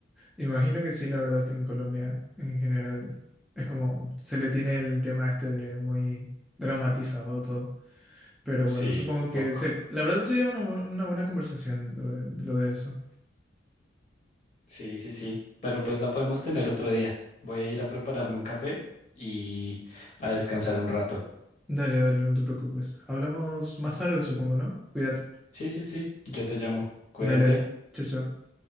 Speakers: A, in the centre; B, on the left.
A: Imagino que sí, la verdad, en Colombia en general es como se le tiene el tema este de muy dramatizado todo. Pero
B: Sí,
A: bueno, supongo
B: un
A: que
B: poco.
A: ser- la verdad sería una, bu- una buena conversación lo de, lo de eso.
B: Sí, sí, sí, pero pues la podemos tener otro día. Voy a ir a prepararme un café y a descansar un rato.
A: Dale, dale, no te preocupes. Hablamos más tarde, supongo, ¿no? Cuídate.
B: Sí, sí, sí, yo te llamo. Cuídate.
A: Dale, dale. Chao, chao.